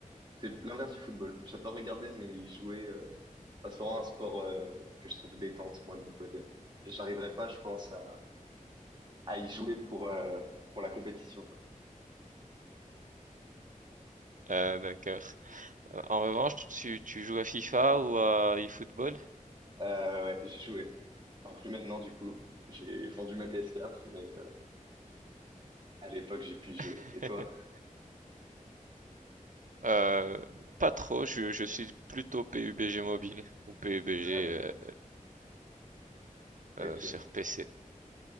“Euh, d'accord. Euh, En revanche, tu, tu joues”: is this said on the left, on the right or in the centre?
Right